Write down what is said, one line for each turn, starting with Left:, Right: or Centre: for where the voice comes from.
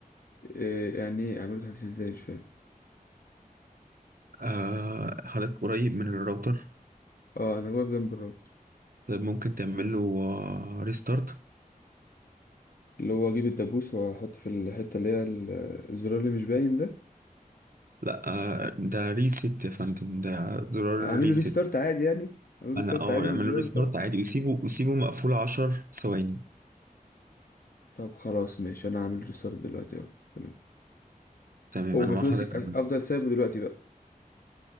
Left: إيه يعني إيه أعمله تحديث إزاي مش فاهم
Right: آه حضرتك قريب من الراوتر
Left: أه أنا واقف جنب الراوتر
Right: طيب ممكن تعمل له آه ريستارت
Left: اللي هو أجيب الدبوس وأحطه في الحتة اللي هي ال- الزرار اللي مش باين ده
Right: لا آه ده ريست يا فندم ده زرار
Left: أعمله
Right: ريست
Left: ريستارت عادي يعني أعمله ريستارت
Right: أنا أه
Left: عادي
Right: يعمل
Left: بالزرار
Right: له ريستارت
Left: بتاعي
Right: عادي وسيبه وسيبه مقفول عشر ثواني
Left: طب خلاص ماشي انا هعمل ريستارت دلوقتي اهو تمام
Right: تمام
Left: هو المفروض
Right: انا مع حضرتك
Left: أسي- افضل سايبه دلوقتي بقى